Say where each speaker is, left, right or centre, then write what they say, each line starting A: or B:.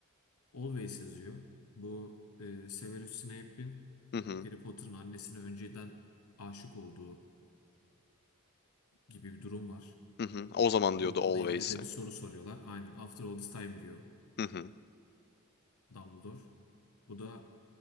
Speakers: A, on the left (about 85°); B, on the left (about 45°).
A: Always yazıyor. Bu e, Severus Snape'in
B: Hı hı.
A: Harry Potter'ın annesine önceden aşık olduğu gibi bir durum var.
B: Hı hı. O zaman
A: Bununla
B: diyordu Always'i.
A: ilgili de bir soru soruyorlar. Aynen. After all this time diyor
B: Hı hı.
A: Dumbledore. Bu da